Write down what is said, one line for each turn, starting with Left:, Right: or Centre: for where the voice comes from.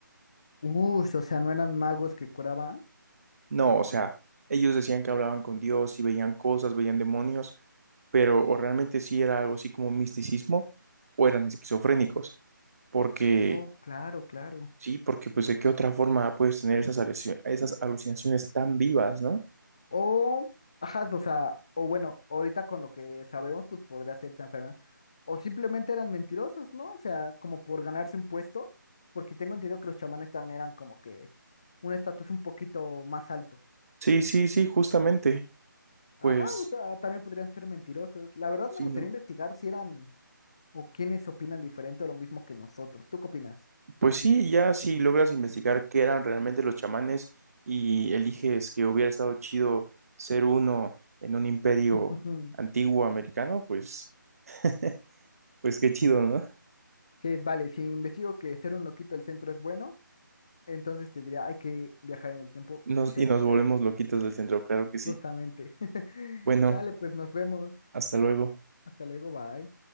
Left: Uy, o sea, no eran magos que curaban.
Right: No, o sea, ellos decían que hablaban con Dios y veían cosas, veían demonios, pero o realmente sí era algo así como misticismo o eran esquizofrénicos, porque
Left: Oh, claro, claro.
Right: sí, porque pues de qué otra forma puedes tener esas, aluci- esas alucinaciones tan vivas, ¿no?
Left: O, ajá, o sea, o bueno, ahorita con lo que sabemos, pues podría ser esa enferma. O simplemente eran mentirosos, ¿no? O sea, como por ganarse un puesto, porque tengo entendido que los chamanes también eran como que un estatus un poquito más alto.
Right: Sí, sí, sí, justamente, pues
Left: Ajá, o sea, también podrían ser mentirosos. La verdad
Right: sí,
Left: me gustaría
Right: ¿no?
Left: investigar si eran o quiénes opinan diferente o lo mismo que nosotros. ¿Tú qué opinas?
Right: Pues sí, ya si logras investigar qué eran realmente los chamanes y eliges que hubiera estado chido ser uno en un imperio
Left: Ujú.
Right: antiguo
Left: <laughs>
Right: americano, pues, <laughs> pues qué chido, ¿no?
Left: Sí, vale, si investigo que ser un loquito del centro es bueno, entonces te diría, hay que viajar en el tiempo
Right: Nos,
Left: y ser
Right: y nos
Left: de allá.
Right: volvemos loquitos del centro, claro que
Left: Justamente.
Right: sí.
Left: <laughs>
Right: Bueno,
Left: Dale, pues nos vemos.
Right: hasta luego.
Left: Hasta luego, bye.